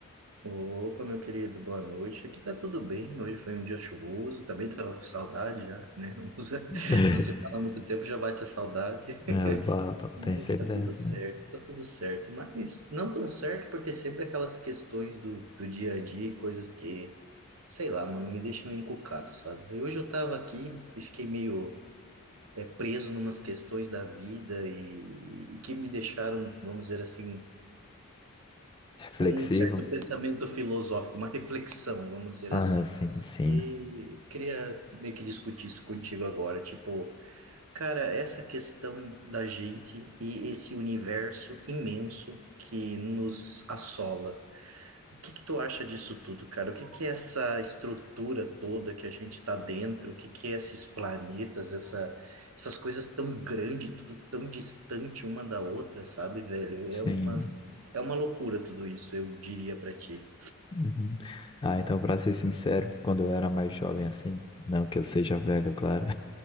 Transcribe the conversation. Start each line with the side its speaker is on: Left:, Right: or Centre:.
Right: Opa, meu querido, boa noite. Aqui tá tudo bem. Hoje foi um dia chuvoso, também tava com saudade já, né? <laughs> Uns-
Left: <laughs>
Right: Não se fala há muito tempo, já bate a saudade.
Left: Exato,
Right: Mas
Left: tem sempre
Right: tá
Left: dessa,
Right: tudo certo,
Left: né?
Right: tá tudo certo. Mas não tão certo, porque sempre aquelas questões do, do dia a dia, e coisas que, sei lá, mano, me deixam encucado, sabe? E hoje eu tava aqui e fiquei meio é, preso numas questões da vida e, e que me deixaram, vamos dizer assim
Left: Reflexivo?
Right: com um certo pensamento filosófico, uma reflexão, vamos dizer
Left: Ah,
Right: assim.
Left: sim, sim,
Right: E queria meio que discutir isso contigo agora, tipo, cara, essa questão da gente e esse universo imenso que nos assola. O que que tu acha disso tudo, cara? O que que é essa estrutura toda que a gente está dentro? O que que é esses planetas, essa, essas coisas tão grandes, tudo tão distante uma da outra, sabe, velho?
Left: sim.
Right: É umas, é uma loucura tudo isso, eu diria pra ti.
Left: Uhum. Ah, então, pra ser sincero, quando eu era mais jovem assim, não que eu seja velho, claro.